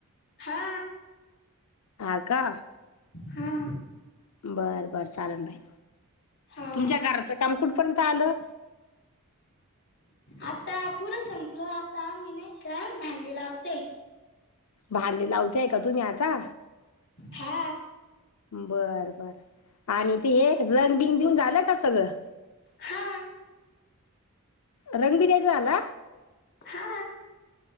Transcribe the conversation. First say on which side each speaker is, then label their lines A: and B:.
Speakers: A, on the left; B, on the left.
A: हा.
B: हा का.
A: हा.
B: बरं बरं चालेल बाई
A: हा
B: तुमच्या घराचं काम कुठपर्यंत आलं?
A: आता पुरं संपल आता आम्ही नायका भांडी लावतोय.
B: भांडी लावतेय का तुम्ही आता?
A: हा.
B: बर बर आणि ते हे रंग बिंग देऊन झालं का सगळं?
A: हा.
B: रंग बी द्यायचा झाला?
A: हा.